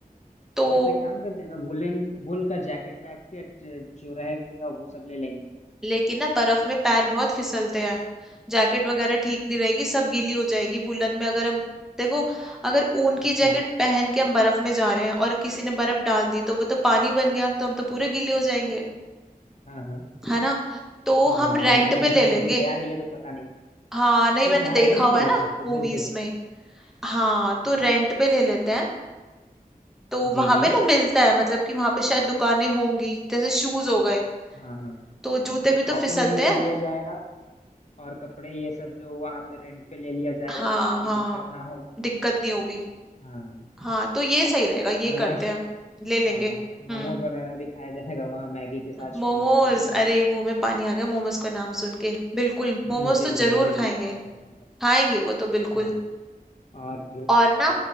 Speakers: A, in the centre; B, on the left (about 50°).
A: तो
B: हाँ तो एक काम करते हैं ना वुलन वुल का जैकेट वैकेट जो रहेगा वो सब ले लेंगे
A: लेकिन ना बर्फ में पैर बहुत फिसलते हैं जैकेट वगैरह ठीक नहीं रहेगी सब गीली हो जाएगी वुलन में अगर हम देखो अगर ऊन
B: अच्छा
A: की जैकेट पहन के हम बर्फ में जा रहे हैं और किसी ने बर्फ डाल दी तो वो तो पानी बन गया तो हम तो पूरे गीले हो जाएंगे
B: हाँ हाँ
A: है ना तो
B: हाँ
A: हम रेंट
B: मतलब
A: पे ले लेंगे
B: <laughs> कभी गया नहीं है तो पता नहीं
A: हाँ नहीं
B: ठीक
A: मैंने
B: है
A: देखा
B: हाँ रेंट
A: हुआ
B: पे ले
A: है ना
B: सकते हैं
A: मूवीज
B: बिल्कुल सही
A: में हाँ
B: अच्छा
A: तो रेंट पे ले लेते हैं तो
B: जी
A: वहां
B: जी
A: पे ना मिलता है मतलब कि वहां पे शायद दुकानें होंगी जैसे शूज हो गए
B: हाँ हाँ
A: तो जूते भी
B: शॉपिंग
A: तो फिसलते
B: भी
A: हैं
B: कर लिया जाएगा और कपड़े ये सब जो वहाँ पे रेंट पे ले लिया जाएगा
A: हाँ
B: जिससे कि
A: हाँ
B: दिक्कत ना हो
A: दिक्कत नहीं होगी
B: हाँ
A: हाँ तो ये सही रहेगा ये
B: और वहाँ
A: करते हैं ले लेंगे
B: हाँ मोमोज
A: हम्म
B: वगैरह भी खाया जाएगा वहाँ मैगी के साथ
A: मोमोज
B: स्ट्रीट पे ठीक है
A: अरे मुंह में पानी आ गया मोमोज का नाम सुन के बिल्कुल मोमोज
B: मुझे
A: तो
B: भी
A: जरूर
B: मुझे
A: खाएंगे
B: भी बहुत पसंद है
A: खाएंगे वो तो बिल्कुल
B: हाँ और
A: और ना